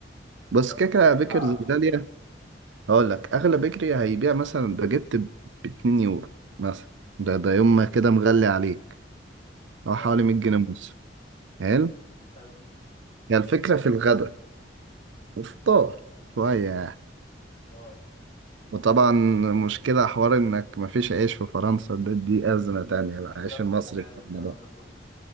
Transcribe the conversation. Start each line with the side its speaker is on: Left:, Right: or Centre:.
Right: بس
Left: فممكن
Right: كده كده
Left: ادفع
Right: بيكرز غالية هقول لك أغلى بيكري هيبيع مثلا باجيت ب 2 يورو مثلا ده ده يوم ما كده مغلي عليك هو
Left: اه
Right: حوالي 100 جنيه ونص حلو
Left: حلو
Right: هي الفكرة في الغدا والفطار شوية يعني.
Left: اه
Right: وطبعا مشكلة حوار إنك مفيش عيش في فرنسا ده دي أزمة تانية
Left: مشكله
Right: بقى عيش
Left: في
Right: المصري
Left: الحلال
Right: بتاعنا
Left: والكلام
Right: ده
Left: ده كله